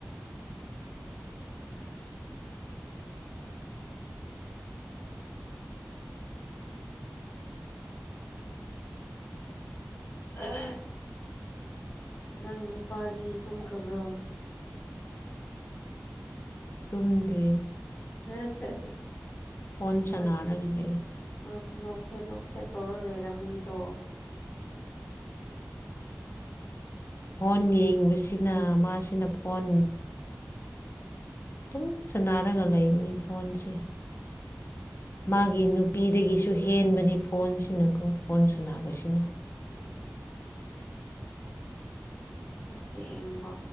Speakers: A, on the left; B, on the left.
A: <unintelligible> ꯑꯍ ꯅꯪꯒꯤ ꯅꯨꯄꯥꯗꯤ ꯇꯨꯝꯈ꯭ꯔꯕ꯭ꯔꯣ
B: ꯇꯨꯝꯗ꯭ꯔꯤ
A: <unintelligible>
B: ꯐꯣꯟ ꯁꯥꯟꯅꯔꯒ
A: ꯃꯁꯨꯝ
B: ꯂꯩ
A: ꯃꯥꯁꯨ ꯅꯣꯛꯐꯦꯠ ꯅꯣꯛꯐꯦꯠ ꯇꯧꯔ ꯂꯩꯔꯝꯃꯅꯤꯗꯣ
B: ꯐꯣꯟ ꯌꯦꯡꯕꯁꯤꯅ ꯃꯥꯁꯤꯅ ꯐꯣꯟ ꯑꯗꯨꯝ ꯁꯥꯟꯟꯅꯔꯒ ꯂꯩꯕꯅꯤ ꯐꯣꯟꯁꯦ ꯃꯥꯒꯤ ꯅꯨꯄꯤꯗꯒꯤꯁꯨ ꯍꯦꯟꯕꯅꯤ ꯐꯣꯟꯁꯤꯅꯀꯣ ꯐꯣꯟ ꯁꯥꯟꯁꯤꯅ
A: ꯑꯥ ꯑꯁꯦꯡꯕ